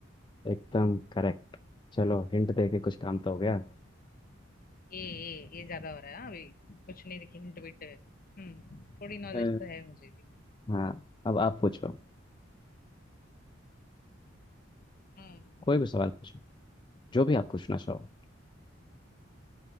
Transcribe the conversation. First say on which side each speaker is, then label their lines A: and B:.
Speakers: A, on the left; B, on the left.
A: एकदम करेक्ट चलो हिंट दे के कुछ काम तो हो गया
B: ये ये ये ज्यादा हो रहा है हाँ अभी कुछ नहीं देखी हिंट विंट हम्म थोड़ी नॉलेज
A: अ,
B: तो है मुझे भी
A: हाँ अब आप पूछो
B: हम्म
A: कोई भी सवाल पूछो जो भी आप पूछना चाहो